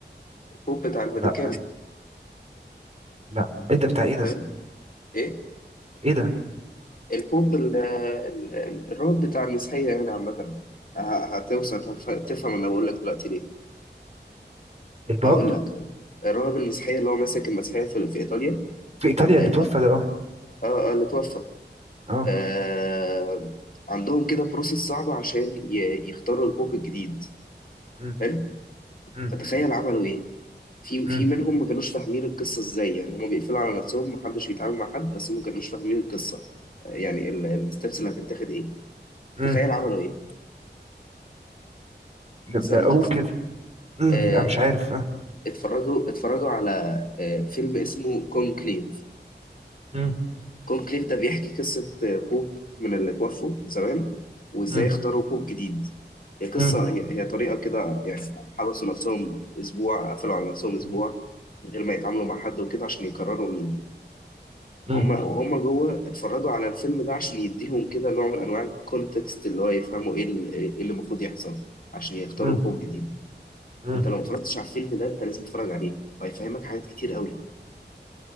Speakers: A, on the left (about 50°); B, on the right (about 35°).
A: البوب بتاع الفاتيكان
B: لا لا ايه ده بتاع ايه ده
A: ده ايه
B: ايه ده
A: البوب ال... ال... ال- الرب بتاع المسيحية يعني عامة ه- هتوصل هتف- تفهم انا بقول لك دلوقتي ليه
B: الباب
A: هقول لك الراهب المسيحية اللي هو ماسك المسيحية في في ايطاليا
B: في ايطاليا اللي
A: اه
B: توفى ده اه
A: اه اللي توفى
B: اه
A: آه، عندهم كده بروسيس صعبة عشان ي- يختاروا البوب الجديد
B: مم،
A: حلو
B: مم،
A: فتخيل عملوا ايه في
B: مم،
A: في منهم ما كانوش فاهمين القصة ازاي يعني هما بيقفلوا على نفسهم محدش بيتعامل مع حد بس هما ما كانوش فاهمين القصة آه، يعني الستبس اللي هتتاخد ايه
B: مم.
A: تخيل عملوا ايه
B: لا،
A: اسألني
B: اقول كده مم،
A: آه،
B: انا مش عارف اه
A: اتفرجوا اتفرجوا على آه، فيلم اسمه كونكليف
B: مم.
A: كونكليف ده بيحكي قصة بوب من اللي توفوا زمان وإزاي
B: مم.
A: اختاروا بوب جديد هي قصة
B: مم.
A: هي, هي طريقة كده يعني حبسوا نفسهم أسبوع قفلوا على نفسهم أسبوع
B: مم.
A: من غير ما يتعاملوا مع حد وكده عشان يقرروا مين
B: مم.
A: هم وهم جوه اتفرجوا على الفيلم ده عشان يديهم كده نوع من أنواع الكونتكست اللي هو يفهموا إيه ال- إيه اللي المفروض يحصل عشان يختاروا
B: مم.
A: بوب جديد
B: مم.
A: فأنت لو متفرجتش على الفيلم ده أنت لازم تتفرج عليه وهيفهمك حاجات كتير قوي